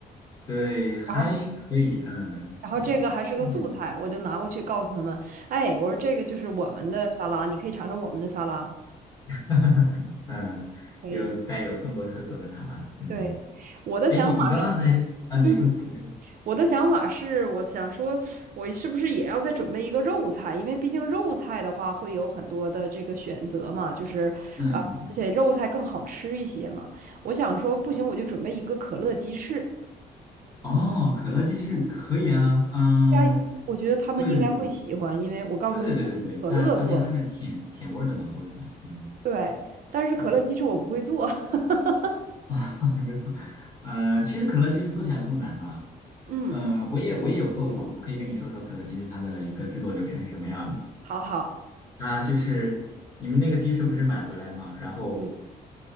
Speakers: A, on the left; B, on the right.
A: 对，还可以，
B: 然后。
A: 嗯，
B: 然后这个还是个素菜，
A: 对，嗯，
B: 我就拿过去告诉他们，哎，我说这个就是我们的沙拉，你可以尝尝我们的沙拉。
A: <laughs> 嗯，
B: 可以，
A: 有带有中国特色的茶吧，嗯，
B: 对，我的想法是，
A: 哎，你你刚刚还啊，你说你说，
B: 嗯我的想法是，我想说，我是不是也要再准备一个肉菜？因为毕竟肉菜的话会有很多的这个选择嘛，就是啊，
A: 嗯，嗯
B: 而且肉菜更好吃一些嘛。我想说，不行，我就准备一个可乐鸡翅，
A: 哦，可乐鸡翅可以啊，嗯，
B: 大家，我觉得他们应该会喜欢，
A: 对对对对
B: 因为我告诉他们可乐做的，
A: 对对对对对对，它而且它是甜甜味儿的嘛，做出来，嗯，
B: 对，但是可乐鸡翅我不会做。
A: 对，
B: <laughs>
A: <laughs> 啊，没错，嗯，其实可乐鸡翅做起来不难啦，
B: 嗯，
A: 嗯，我也我也有做过，我可以跟你说说可乐鸡翅它的一个制作流程是什么样的。
B: 好好，
A: 啊，就是你们那个鸡翅不是买回来吗？然后
B: 嗯，